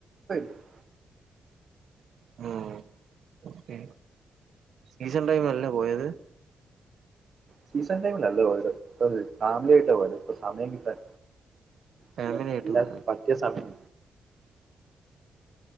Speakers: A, on the right (about 35°); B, on the right (about 60°).
A: <unintelligible>
B: ഉം ഓകെ സീസൺ ടൈം അല്ലേ പോയത്
A: സീസൺ ടൈമിലല്ലാ പോയത് ഫാമിലി ആയിട്ടാ പോയത് ഇപ്പ സമയം കിട്ടാൻ
B: ഫാമിലി
A: അല്ല
B: ആയിട്ട്
A: എല്ലാ
B: പോയതാ
A: പറ്റിയ സമയം